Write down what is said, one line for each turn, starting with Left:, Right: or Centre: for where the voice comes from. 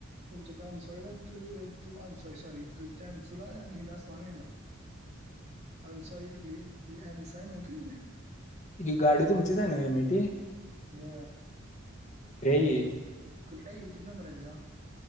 Right: तुमच्या चॅन्सोयला न तू तू अन सोय सॉरी तुझ त्यान्सुला अन हिला सांगायला.
Left: <inaudible>
Right: अन सॉइ कुठली तुझी अनसायनव्हती.
Left: हि गाडी तुमचीच आहे न व एमइटी.
Right: ब
Left: ही
Right: कुठल्या ही किती नंबर आहे तिचा.